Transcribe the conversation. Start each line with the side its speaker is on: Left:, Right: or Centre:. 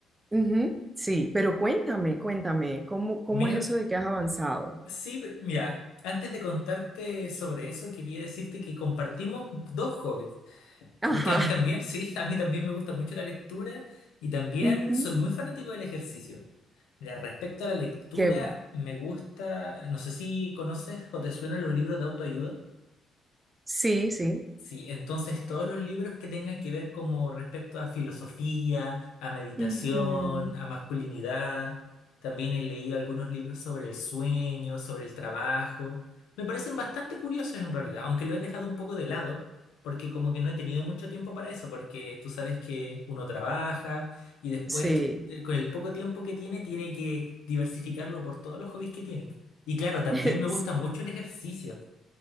Right: Ujú, sí, pero cuéntame, cuéntame, ¿cómo, cómo
Left: Mira,
Right: es eso de que has avanzado?
Left: sí, pero- mira, antes de contarte sobre eso, quería decirte que compartimos dos hobbies.
Right: Ajá,
Left: Porque a mí también, sí, <laughs> a mí también me gusta mucho la lectura y también
Right: <laughs> ujú,
Left: soy muy fanático del ejercicio. Mira, respecto a la lectura,
Right: Qué bueno.
Left: me gusta, no sé si conoces o te suenan los libros de autoayuda.
Right: Sí, sí.
Left: Sí, entonces todos los libros que tengan que ver como respecto a filosofía, a meditación,
Right: ujú,
Left: a masculinidad, también he leído algunos libros sobre el sueño, sobre el trabajo, me parecen bastante curiosos en realidad, aunque lo he dejado un poco de lado, porque como que no he tenido mucho tiempo para eso, porque tú sabes que uno trabaja y después
Right: Sí.
Left: eh, con el poco tiempo que tiene tiene que diversificarlo por todos los hobbies que tiene. Y claro, también
Right: <laughs>
Left: me gusta
Right: Sí.
Left: mucho el ejercicio.